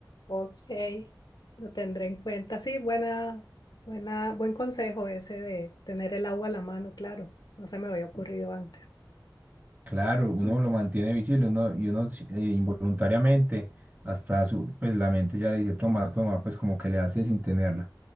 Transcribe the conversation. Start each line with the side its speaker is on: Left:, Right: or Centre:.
Left: Ok, lo tendré en cuenta. Sí, buena, buena, buen consejo ese de tener el agua a la mano, claro. No se me había ocurrido antes.
Right: Claro, uno lo mantiene visible, uno, y uno eh, involuntariamente, hasta su, pues la mente ya le dice, toma, toma, pues como que le hace sin tenerla.